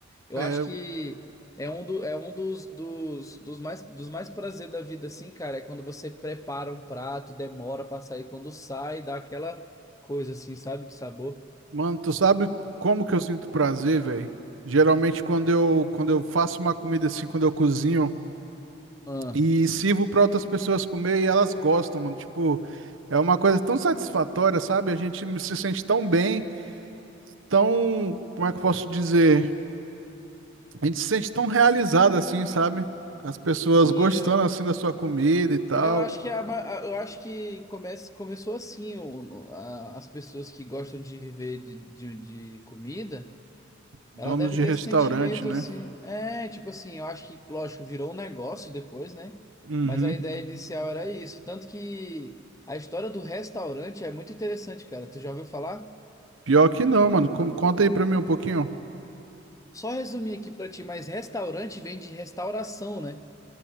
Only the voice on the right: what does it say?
É,
mano, tu sabe como que eu sinto prazer, velho? Geralmente quando eu, quando eu faço uma comida assim, quando eu cozinho.
E sirvo para outras pessoas comer e elas gostam, mano. Tipo, é uma coisa tão satisfatória, sabe? A gente se sente tão bem, tão, como é que eu posso dizer? A gente se sente tão realizado assim, sabe? As pessoas
gostando assim da sua comida e tal,
donos
de
restaurante,
né?
Uhum.
Pior que não, mano. Com- Conta aí pra mim um pouquinho.